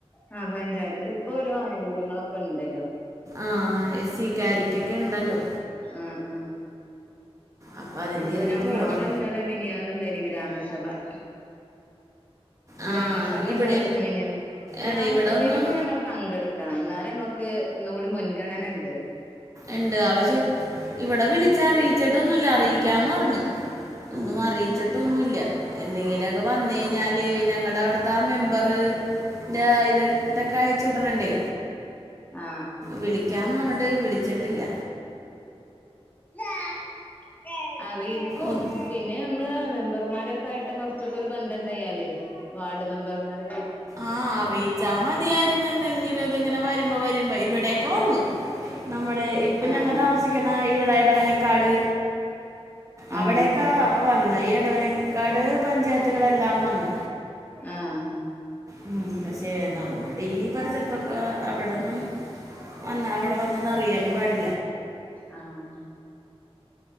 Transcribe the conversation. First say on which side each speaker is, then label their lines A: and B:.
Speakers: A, on the left; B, on the right.
A: ആഹ് പഞ്ചായത്തില് ഇപ്പൊ ഓരോ ആനുകൂല്യങ്ങളൊക്കെ ഇണ്ടല്ലോ
B: ആഹ് എസ് സി ക്കാരിക്കൊക്കെ ഇണ്ടല്ലോ
A: ആഹ് ആഹ്
B: അപ്പം അതിൻ്റെ
A: ഇപ്പൊ
B: ഇതിന്
A: ഞമ്മളെ
B: പോകണം
A: ഇവിടെ ഇന്നലെ മിനിയാന്നുണ്ടായിനി ഗ്രാമസഭ <inaudible>
B: ആ
A: ഗ്രാമസഭ
B: ഇവിടെ
A: ഇണ്ടായിരുന്നു മിന്യാന്ന് ഗ്രാമസഭയിലൊക്കെ
B: അതെ ഇവിടെ ഒന്നും
A: നമ്മള് പങ്കെടുക്കണം എന്നാലേ നമ്മ ക്ക് ഒന്നും കൂടി മുൻഗണനണ്ട്
B: ഇണ്ട് അവശെ ഇവിടെ വിളിച്ചറിയിച്ചി ട്ടൊന്നുല്ല അറിയിക്കാന്ന് പർഞ്ഞു ഒന്നും
A: ആഹ്
B: അറിയിച്ചിട്ടൊന്നുല്ല്യ എന്തെങ്കിലു ഒക്കെ വന്ന് കഴിഞ്ഞാല് ഞങ്ങടെ അവിടെ താ മെമ്പർ ഇത ഇതൊക്കെ അയച്ചു ടറണ്ടേ.
A: ആഹ്
B: വിളിക്കാന്ന് പറഞ്ഞിട്ട് വിള ച്ചിട്ടില്ല
A: <unintelligible> അറിയിക്കും
B: ഒന്ന്
A: പിന്നെ നമ്മള് മെമ്പർമാര ആയിട്ട് കുറച്ചൊക്കെ ഒരു ബന്ധം ഉണ്ടായല വാർഡ് മെമ്പർമാര
B: ആഹ് അറിയിച്ചാ മതിയായിരുന്നു എന്തെങ്കിലും ഇ വരുമ്പോ വരുമ്പോ ഇവിടെയൊക്കെ വന്നു. നമ്മുടെ ഇപ്പം
A: ആഹ്
B: ഞങ്ങൾ താമസിക്കുന്ന ഇവിടെ ഇടവന കാട് അവിടൊക്കെ
A: ആഹ്
B: വന്ന് ഈ എടവന കട് പഞ്ചായത്തുകളെല്ലാം വന്നു
A: ആഹ്
B: ഉം പക്ഷേ നമ്മടെ ഈ പരിസരത്തൊക്കെ അവിടന്നും വന്നാ അവിടെ വന്നതറിയാനും പാടി
A: ആഹ്